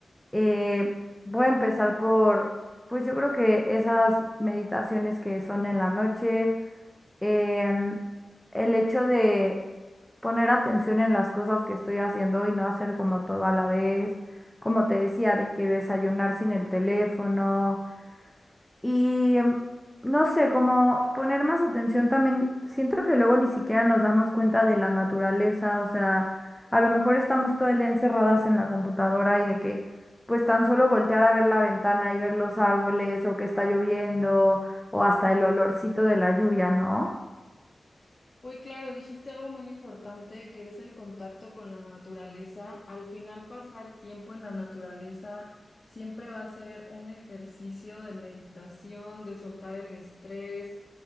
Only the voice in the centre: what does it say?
Eh, voy a empezar por, pues yo creo que esas meditaciones que son en la noche, em, el hecho de poner atención en las cosas que estoy haciendo y no hacer como todo a la vez, como te decía, de que desayunar sin el teléfono y mm, no sé, como poner más atención también, siento que luego ni siquiera nos damos cuenta de la naturaleza, o sea, a lo mejor estamos todo el día encerradas en la computadora y de que pues tan solo voltear a ver la ventana y ver los árboles o que está lloviendo o hasta el olorcito de la lluvia, ¿no?